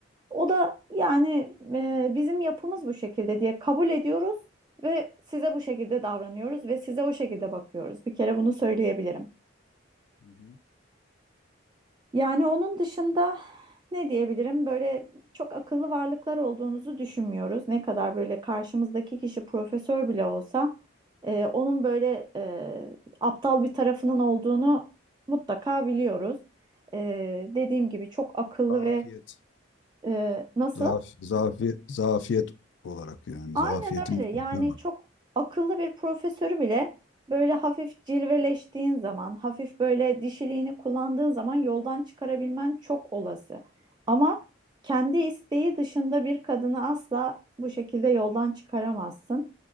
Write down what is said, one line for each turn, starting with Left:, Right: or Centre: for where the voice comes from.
Right: O da yani e, bizim yapımız bu şekilde diye kabul ediyoruz ve size bu şekilde davranıyoruz ve size o şekilde bakıyoruz. Bir kere bunu söyleyebilirim.
Left: Hı-hı.
Right: Yani onun dışında ne diyebilirim? Böyle çok akıllı varlıklar olduğunuzu düşünmüyoruz. Ne kadar böyle karşımızdaki kişi profesör bile olsa e, onun böyle e, aptal bir tarafının olduğunu mutlaka biliyoruz. E, dediğim gibi çok akıllı
Left: Zafiyet.
Right: ve Ee, nasıl?
Left: Zaf, zafiyet, zafiyet olarak yani
Right: Aynen
Left: zafiyetin
Right: öyle. Yani
Left: mutlaka var.
Right: çok akıllı bir profesörü bile böyle hafif cilveleştiğin zaman, hafif böyle dişiliğini kullandığın zaman yoldan çıkarabilmen çok olası. Ama kendi isteği dışında bir kadını asla bu şekilde yoldan çıkaramazsın.